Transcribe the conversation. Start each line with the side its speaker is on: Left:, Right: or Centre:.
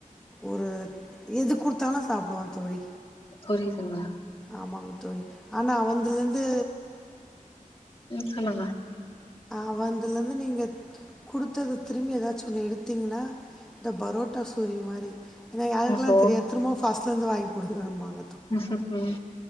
Centre: ஒரு எது கொடுத்தாலு சாப்டுவா தொழி
Left: புரியுதுங்க
Centre: அமாங் தோழி ஆனா வந்துலந்து
Left: உம் சொல்லுங்க
Centre: அவன்துலந்து நீங்க குடுத்தத திரும்பி ஏதாச்சு ஒன்ன எடுத்தீங்னா இந்த பரோட்டா சூரி மாரி என்னா யாருக்லா
Left: ஓஹோ!
Centre: தெரியாத் திரும்பவு ஃப ஸ்ட்லந்து வாங்கி கொடுங்கணும்பாங்
Left: உம்ம்